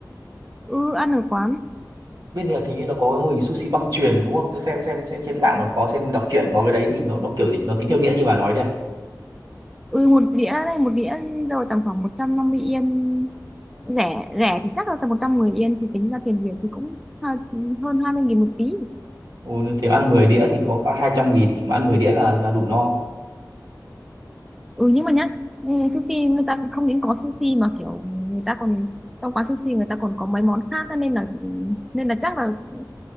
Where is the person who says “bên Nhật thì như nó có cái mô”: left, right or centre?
Right